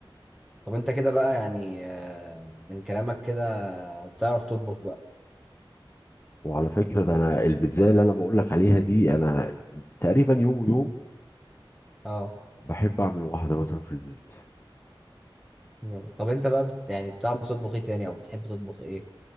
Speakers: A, in the centre; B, on the left.
A: طب انت كده بقى يعني آه، من كلامك كده بتعرف تطبخ بقى
B: وعلى فكره ده انا البيتزا اللي انا بقول لك عليها دي انا تقريبا يوم ويوم
A: اه
B: بحب اعمل واحده مثلا في البيت
A: جامد. طب انت بقى بت يعني بتعرف تطبخ ايه تاني او بتحب تطبخ ايه